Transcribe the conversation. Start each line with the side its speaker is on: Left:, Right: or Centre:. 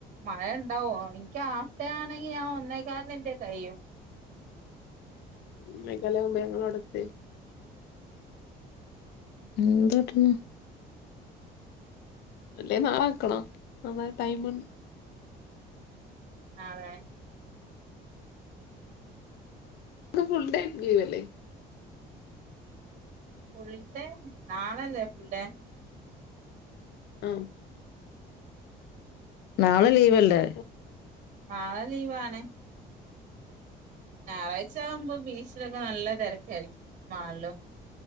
Right: മഴണ്ടാവോ ക്കാഫ്ടെ ആണെങ്കി ഞാൻ ഒന്നേക്കാൽന്ന് ന്റെ കയ്യും
Left: ഒന്നേകാലാവുമ്പോ ഞങ്ങളവിടെ എത്തുഎയ് എന്താട്ട്ണ് അല്ലെ നാള ആക്കണോ <unintelligible> ടൈമ്
Right: നാളെ
Left: ന്ന് ഫുൾടൈം ലീവല്ലേ
Right: ഫുൾടൈം നാളല്ലേ ഫുൾഡേ
Left: ഉം നാളെ ലീവല്ലേ
Right: നാളെ ലീവാണ് ഞായറാഴ് ആകുമ്പോ ബീച്ചിലൊക്കെ നല്ല തെരക്കായിരിക്കും മാൾളും